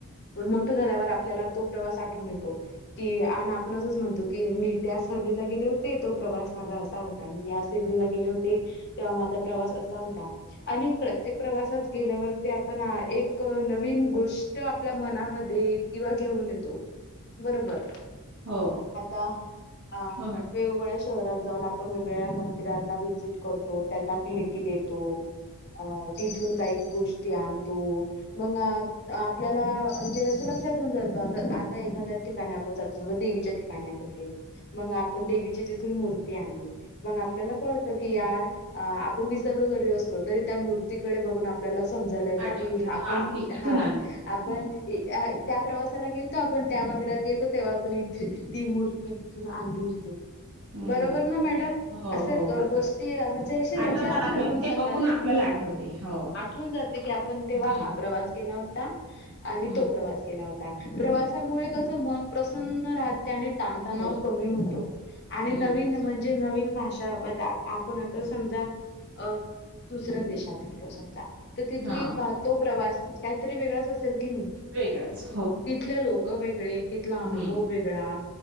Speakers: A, on the left; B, on the right.
A: मोठ झाल्यावर आपल्याला तो प्रवास आठवून येतो कि आपण अस म्हणतो की मी त्या सहलीला गेले होते. तो प्रवास माझा असा होता. मी ह्या सहलीला गेले होते तेव्हा माझा प्रवास अ असा होता आणि प्रत्येक प्रवासात गेल्यावरती आपण एक नवीन गोष्ट, तो आपल्या मनामध्ये किंवा घेऊन येतो. बरोबर,
B: हो.
A: आता अ
B: हो मॅडम
A: वेगवेगळ्या शहरात जाऊन आप आपण वेगवेगळ्या मंदिरांना व्हीजिट करतो त्यांना भेटी देतो. अ तिथून काही गोष्टी आणतो. मग, आपल्याला म्हणजे असं लक्षात येऊन जात. आता आता एखाद्याच ठिकाणी आपण जातो. समजा, देवीच्या ठिकाणी आपण गेलो. मग आपण देवी ची जिथून मूर्ती आणली. मग आपल्याला कळत की यार आपण वी विसरलो जरी असलो तरी त्या मूर्तीकडे बघूण आपल्याला समजायला येत
B: आठवते
A: कि, आपण
B: हा इथून
A: हा
B: आणली
A: आपण
B: हम्म.
A: हि ज्या त्या त्या प्रवासाला गेलतो. आपण त्या मंदिरात गेलतो. तेव्हा आपण इथे ती मूर्ती तिथून आणली होती.
B: हम्म
A: बरोबर ना
B: हो
A: मॅडम,
B: हो
A: अस
B: हो बरोबर
A: गोष्टी
B: आहे.
A: म्हणजे लक्षात
B: आठवतात आपल्याला
A: राहून
B: ते
A: जातात.
B: बघून आपल्याला आठवते हो.
A: आठून करतेय की आपण तेव्हा
B: हम्म
A: हा प्रवास केला हो आणि
B: हम्म
A: तो प्रवास केला होता. असा होता. प्रवासामुळे कस मन प्रसन्न राहत आणि ताणतणाव
B: हो.
A: कमी होतो आणि
B: हम्म,
A: नवीन म्हणजे नवीन भाषा आपण आता समजा. अ दुसऱ्या देशात गेलो. समजा, तर तिथली
B: हां,
A: तो प्रवास काहीतरी वेगळाच असेल की नाही.
B: वेगळंच,
A: तिथले लोक वेगळे, तिथला अनुभव
B: हं,
A: वेगळा,